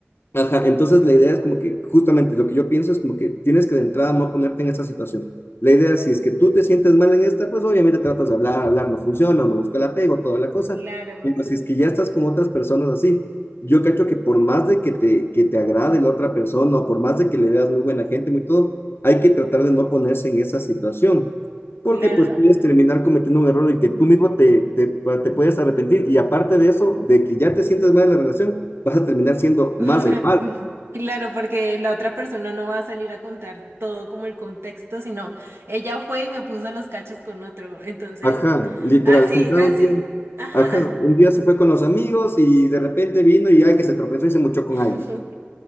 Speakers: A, on the left; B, on the right.
A: Ajá, entonces la idea es como que, justamente, lo que yo pienso es como que tienes que de entrada no ponerte en esa situación. La idea es, si es que tú te sientes mal en esta, pues obviamente tratas de hablar, hablar no funciona, uno busca el apego, toda la cosa.
B: Claro,
A: Pero si es que ya estás con otras personas así, yo cacho que por más de que te, que te agrade la otra persona o por más de que le veas muy buena gente, muy todo, hay que tratar de no ponerse en esa situación porque
B: claro.
A: pues puedes terminar cometiendo un error en el que tú mismo te, te, te puedes arrepentir y aparte de eso, de que ya te sientes mal en la relación, vas a terminar siendo
B: <laughs>
A: más el mal.
B: Claro, porque la otra persona no va a salir a contar todo como el contexto, sino ella fue y me puso los cachos con otro. Entonces,
A: Ajá, literal,
B: así,
A: es como cada
B: así.
A: un día,
B: Ajá.
A: ajá, un día se fue con los amigos y de repente vino y ay que se tropezó y se mochó con
B: así.
A: alguien.
B: <laughs>